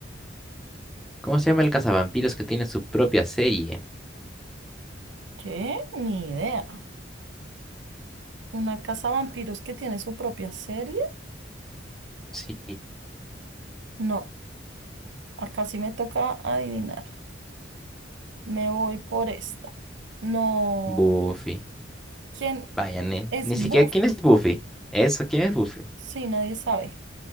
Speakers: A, in the centre; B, on the right.
A: ¿Cómo se llama el cazavampiros que tiene su propia serie?
B: ¿Qué? Ni idea. ¿Una casa vampiros que tiene su propia serie?
A: Sí,
B: No, acá sí me toca adivinar. Me voy por esta. No.
A: Buffy.
B: ¿Quién
A: Vaya, ni,
B: es
A: ni
B: Buffy?
A: siquiera quién es Buffy. Eso, ¿quién es Buffy?
B: Sí, nadie sabe.